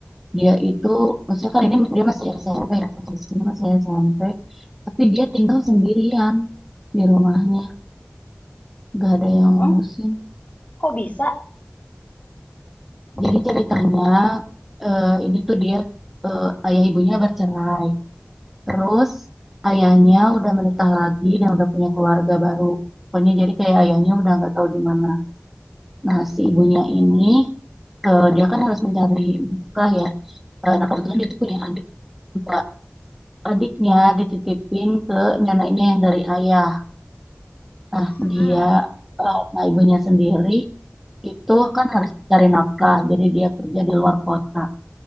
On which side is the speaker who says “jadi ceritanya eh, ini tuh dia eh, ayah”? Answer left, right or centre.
Centre